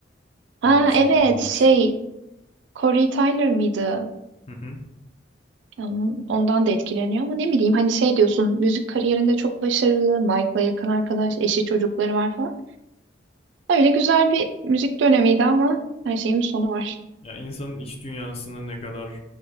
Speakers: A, on the right (about 70°); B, on the left (about 30°).
A: ha
B: daha bir şey
A: evet
B: kalmamış.
A: şey Corey Tyler mıydı?
B: Hı <laughs> hı.
A: Yani ondan da etkileniyor ama ne bileyim hani şey diyorsun müzik kariyerinde çok başarılı, Mike'la yakın arkadaş, eşi çocukları var falan. Öyle güzel bir müzik dönemiydi ama her şeyin bir sonu var.
B: Ya insanın iç dünyasını ne kadar